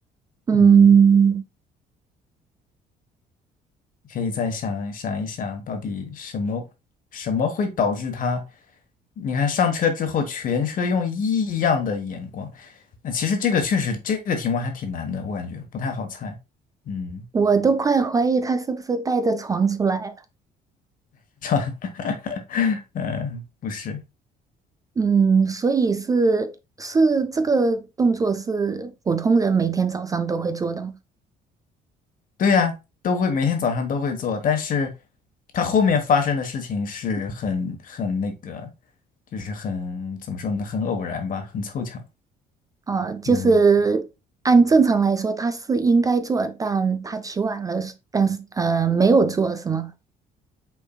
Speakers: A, on the right; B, on the left.
A: 嗯。
B: 嗯，可以再想想一想，到底什么什么会导致他？你看上车之后，全车用异样的眼光。那其实这个确实这个题目还挺难的，我感觉不太好猜。嗯，
A: 我都快怀疑他是不是带着床出来了。
B: <laughs> 嗯，呃不是。
A: 嗯，所以是是这个动作是普通人每天早上都会做的吗？
B: 对呀，都会每天早上都会做，但是他后面发生的事情是很很那个，就是很怎么说呢，很偶然吧，很凑巧。
A: 啊，就是按正常来说他是应该做，
B: 嗯，
A: 但他起晚了，但是呃没有做是吗？